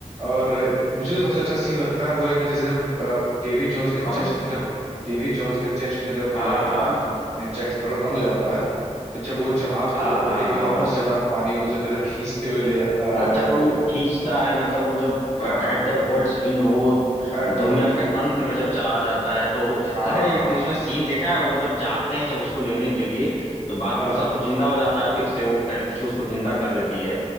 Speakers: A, on the right; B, on the left.
A: और मुझे जो सबसे अच्छा सीन लगता है वो है कि जैसे जब डेविड जोन्स के चेस्ट
B: कौन
A: में जब डेविड जोन्स के चेस्ट में जब
B: हाँ
A: ब्लैक
B: हाँ
A: जैक स्पैरो बंद हो जाता है तो जब वो जहाज को
B: हाँ
A: वा-
B: हाँ
A: लेके
B: हाँ
A: वापस जाता है पानी में तो उसे कैसे खींचते हुए ले जाता
B: अच्छा
A: है और
B: वो
A: फिर
B: खींचता है मतलब वो जब
A: हाँ
B: एट द वर्ल्ड्स एंड वो
A: एट द
B: दुनिया
A: वर्ल्ड
B: के अंत में जब चला जाता है तो
A: हाँ
B: अरे एक उसमें सीन देखा है वो जब जाते हैं सब उसको लेने के लिए तो बारबोसा
A: हाँ हाँ
B: तो जिंदा हो जाता है फिर से वो कैलिप्सो उसको जिंदा कर देती है